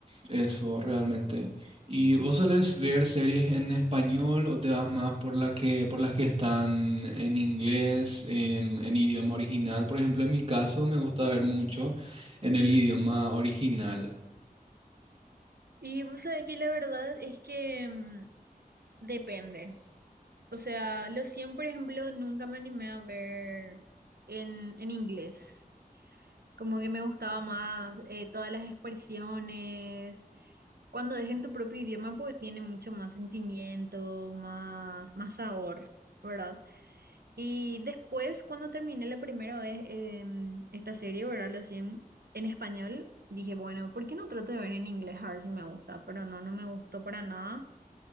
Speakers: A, on the right (about 35°); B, on the right (about 85°).
A: eso realmente. ¿Y vos solés ver series en español o te vas más por la que, por las que están en inglés, en, en idioma original? Por ejemplo, en mi caso me gusta ver mucho en el idioma original.
B: Y pues aquí la verdad es que mm, depende. O sea, los 100, por ejemplo, nunca me animé a ver en, en inglés. Como que me gustaba más eh, todas las expresiones. Cuando es tu propio idioma, pues tiene mucho más sentimiento, más, más sabor, ¿verdad? Y después, cuando terminé la primera vez em, esta serie, ¿verdad? Los 100 en español, dije, bueno, ¿por qué no trato de ver en inglés a ver si me gusta? Pero no, no me gustó para nada.